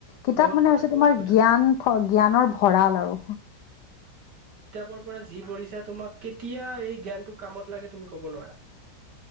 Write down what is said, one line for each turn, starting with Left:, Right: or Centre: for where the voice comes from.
Left: কিতাপ
Right: বহুত
Left: মানে
Right: কথা
Left: হৈছে
Right: বহুত
Left: তোমাৰ
Right: কথা
Left: জ্ঞান থ- জ্ঞানৰ ভঁৰাল আৰু।
Right: পৰ পৰা যি পঢ়িছা, তোমাক কেতিয়া এই জ্ঞানটো কামত লাগে, তুমি ক'ব নোৱাৰা।